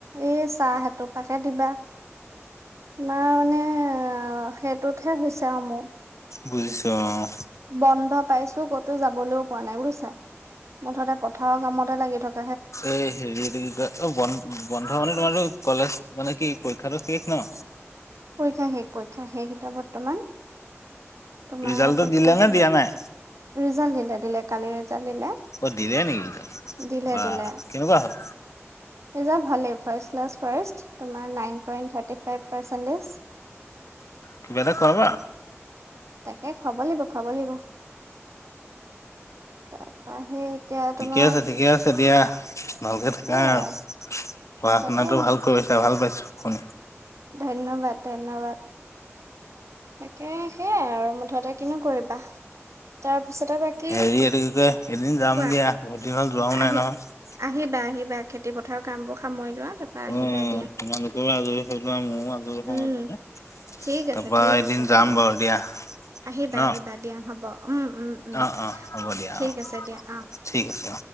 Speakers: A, on the right; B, on the left.
A: এই চাহ এটোপাকে দিবা। তোমাৰ মানে সেইটোতহে হৈছে আৰু মোৰ।
B: বুজিছোঁ অ'।
A: বন্ধ পাইছোঁ ক'তো যাবলৈও পোৱা নাই বুইছা, মুঠতে পথাৰৰ কামতে লাগি থকা
B: এই হেৰি এইটো কি কয় অ', বন-বন্ধ মানে তোমাৰটো কলেজ মানে কি পৰীক্ষাতো শেষ ন?
A: পৰীক্ষা শেষ, পৰীক্ষা শেষ এতিয়া বৰ্তমান। তোমাৰ
B: ৰিজাল্টটো
A: পৰীক্ষাৰ
B: দিলে নে
A: সেই,
B: দিয়া নাই
A: ৰিজাল্ট দিলে, দিলে কালি ৰিজাল্ট দিলে
B: অ', দিলে নেকি?
A: দিলে
B: ৱাহ,
A: দিলে
B: কেনেকুৱা হ'ল?
A: ৰিজাল্ট ভালে, ফাৰ্ষ্ট ক্লাছ ফ্লাৰ্ষ্ট, তোমাৰ nine point thirty five percentage.
B: কিবা এটা খোৱাবা।
A: তাকে, খোৱাব লাগিব, খোৱিব লাগিব। তাৰপা সেই এতিয়া
B: ঠিকে
A: তোমাৰ
B: আছে, ঠিকে আছে দিয়া। ভালকে থাকা
A: সেইয়াই
B: আৰু, পঢ়া
A: তাকে
B: শুনাটো ভাল কৰিছা ভাল পাইছোঁ শুনি।
A: ধন্যবাদ, ধন্যবাদ। তাকে, সেইয়াই আৰু মুঠতে কিনো কৰিবা? তাৰ পিছতে বাকী
B: হেৰি এইটো কি কয়, এদিন যাম
A: কোৱা
B: দিয়া, বহুতদিন হ'ল যোৱাও
A: আহি
B: নাই নহয়।
A: আহিবা, আহিবা খেতি পথাৰৰ কামবোৰ সামৰি লোৱা। তাৰপা আহিবা
B: অ',
A: দিয়া
B: তোমালোকো আজৰি হৈ লোৱা, ময়ো আজৰি হওঁ
A: উম
B: সেইফালে।
A: ঠিক আছে
B: তাপা
A: ঠিক
B: এদিন
A: আছে হ'ব
B: যাম বাৰু দিয়া।
A: আহিবা,
B: ন
A: আহিবা দিয়া হ'ব, উম, উম, উম,
B: অ অ হ'ব দিয়া
A: ঠিক
B: অ
A: আছে দিয়া, অ'।
B: ঠিক আছে অ